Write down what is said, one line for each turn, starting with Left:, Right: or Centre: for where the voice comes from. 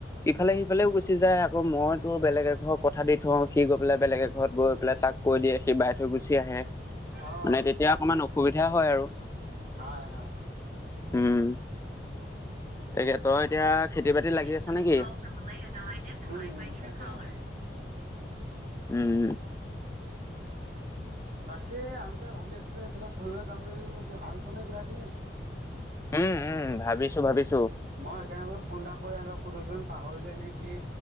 Left: ইফালে সিফালেও গুচি যায় আকৌ মই তোৰ বেলেগ এক ঘৰৰ কথা দি থওঁ, সি গৈ পেলাই বেলেগ এক ঘৰত গৈ পেলাই তাক- কৈ দিয়ে সি বাই থৈ গুচি আহে,
Right: অ
Left: মানে তেতিয়া অকমান অসুবিধা হয় আৰু।
Right: হাঁয় হাঁয়।
Left: উম' তাকে, তই এতিয়া- খেতি বাতি
Right: উম
Left: লাগি আছ নেকি
Right: উম', তাকে তাকে।
Left: উম উম'।
Right: বাকী আমি যে ভাবি আছিলো সেইফালে ফুৰিৱলে যাম বুলি ভাবিছ নে কিবা কিনি?
Left: উম উম' ভাবিছো ভাবিছো।
Right: মই সেইকাৰণে বোলো ফোন এটা কৰি সিহঁতক সুধো চোন পাহৰিলে নে কি?